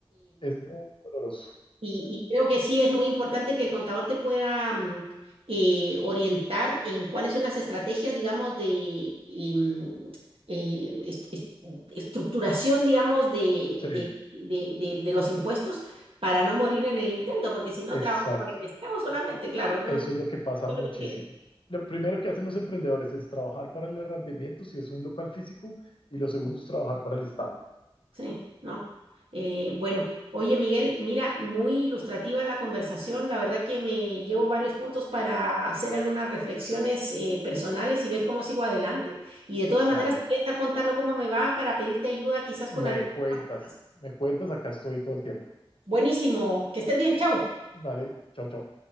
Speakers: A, on the left (about 65°); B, on the right (about 70°).
A: Es muy doloroso.
B: Y, y creo que sí es muy importante que el contador te pueda mm, eh, orientar en cuáles son las estrategias, digamos, de y, mm, eh, est- est- estructuración, digamos, de,
A: Sí,
B: de, de- de- de los impuestos para no morir en el intento, porque si no
A: exacto.
B: trabajas para el Estado solamente, claro, no.
A: Eso
B: De
A: es lo que pasa
B: acuerdo
A: muchísimo.
B: contigo.
A: Lo primero que hacen los emprendedores es trabajar para el arrendamiento, si es un local físico, y lo segundo es trabajar para el Estado.
B: Sí, no. Eh, bueno,
A: Oh,
B: oye Miguel, mira, muy ilustrativa la conversación. La verdad que me llevo varios puntos para hacer algunas reflexiones eh, personales y ver cómo sigo adelante. Y de todas maneras,
A: Dale,
B: te voy a estar contando cómo me va para pedirte ayuda quizás
A: me
B: con algunas
A: cuentas,
B: cosas.
A: me cuentas, acá estoy todo el tiempo.
B: Buenísimo, que estés bien, chau.
A: Dale, chao, chao.